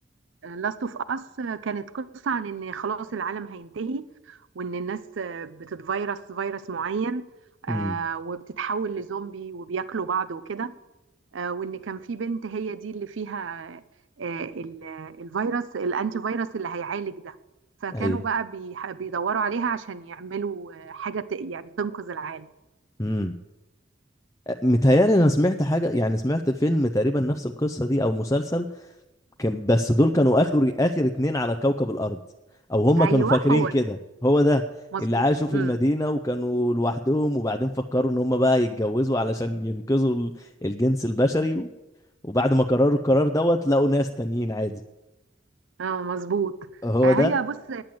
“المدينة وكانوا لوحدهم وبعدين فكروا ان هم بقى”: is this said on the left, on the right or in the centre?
Left